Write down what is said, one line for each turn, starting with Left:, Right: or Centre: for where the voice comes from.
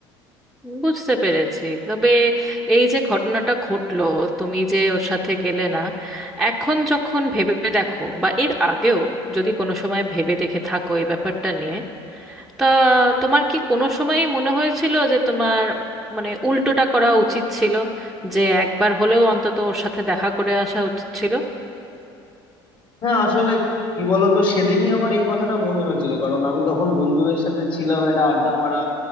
Centre: বুঝতে পেরেছি তবে এই যে ঘটনাটা ঘটলো তুমি যে ওর সাথে গেলে না এখন যখন ভেবে দেখো বা এর আগেও যদি কোনো সময় ভেবে দেখে থাকো এই ব্যাপারটা নিয়ে তা তোমার কি কোনো সময়ই মনে হয়েছিল যে তোমার মানে উল্টোটা করা উচিত ছিল যে একবার হলেও অন্তত ওর সাথে দেখা করে আসা উচিত ছিল
Left: হ্যাঁ আসলে কি বলতো সেদিনই আমার এই কথাটা মনে হয়েছিল কারণ আমি তখন বন্ধুদের সাথে ছিলাম একটা আড্ডা মারা